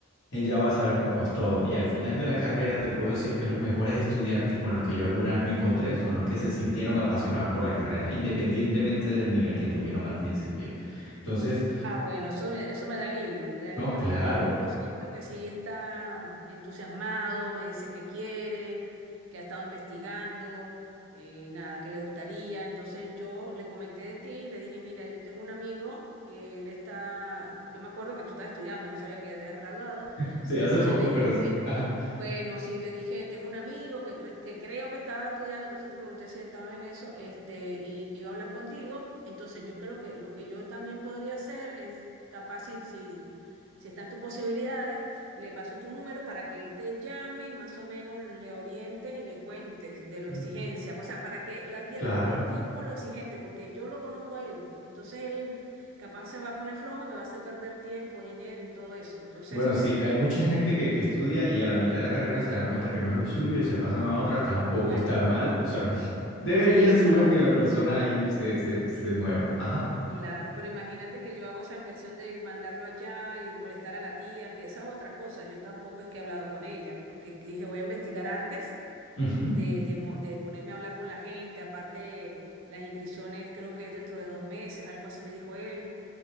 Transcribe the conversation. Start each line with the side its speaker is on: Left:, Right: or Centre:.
Left: él ya va a saber cómo es todo. Y al final de la carrera te puedo decir que los mejores estudiantes con los que yo alguna vez me encontré son los que se sintieron apasionados por la carrera, independientemente del nivel que tuvieron al principio. Entonces,
Right: Ah, bueno, eso me, eso me da alivio, me da alivio
Left: no, claro,
Right: porque él- yo lo siento que sí está entusiasmado, me dice que quiere, que ha estado investigando, eh, nada, que le gustaría. Entonces yo le comenté de ti, le dije, mira, yo tengo un amigo que él está, yo me acuerdo que tú estabas estudiando, no sabía que ya te habías graduado,
Left: <laughs> sí,
Right: y
Left: hace
Right: entonces
Left: poco,
Right: le dije,
Left: pero sí. Ajá.
Right: bueno, sí, le dije, tengo un amigo que, cre- que creo que estaba estudiando, por eso te pregunté si estabas en eso, este, y que iba a hablar contigo. Entonces, yo creo que lo que yo también podría hacer es, capaz si, si, si están tus posibilidades, le paso tu número para que él te llame y más o menos le orientes y le cuentes de lo
Left: Mm.
Right: exigencia. O sea, para que le adviertas
Left: Claro.
Right: con tiempo lo exigente, porque yo lo conozco a él. Entonces, él capaz se va a poner flojo y me va a hacer perder tiempo, dinero y todo eso. Entonces,
Left: Bueno, sí, hay mucha
Right: Bien.
Left: gente que, que estudia y a la mitad de la carrera se dan cuenta que no es lo suyo y se pasan a otra, tampoco
Right: bueno.
Left: está mal, o sea, no, <laughs> debería
Right: Sí, pero
Left: suber que la persona ahí se, se, se mueva. Ajá.
Right: claro, pero imagínate que yo hago esa inversión de ir mandarlo allá y molestar a la tía, que esa es otra cosa. Yo tampoco es que he hablado con ella, porque dije voy a investigar antes
Left: ujú.
Right: de, de, mo- de ponerme a hablar con la gente. Aparte, las inscripciones creo que es dentro de dos meses, algo así me dijo él.